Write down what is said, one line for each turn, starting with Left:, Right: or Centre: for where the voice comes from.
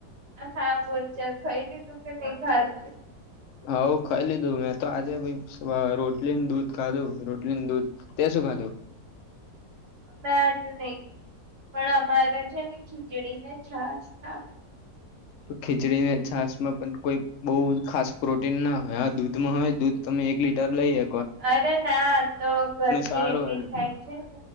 Right: <unintelligible>
Left: હ ખઈ લીધું મેં તો આજે રોટલીને દૂધ ખાધું રોટલીને દૂધ તે શું ખાધું?
Right: મેં હજુ નહી ખા પણ અમારે છે ને ખીચડી ને છાસ ખાવા
Left: ખીચડીને છાસ માં પણ કોઈ બહુ ખાસ પ્રોટીન ના હોય આ દૂધમાં હોય દૂધ તમે એક લીટર લઈએ
Right: અરે ના તો ગરમી
Left: સારું
Right: એટલી
Left: એમ
Right: થાય છે.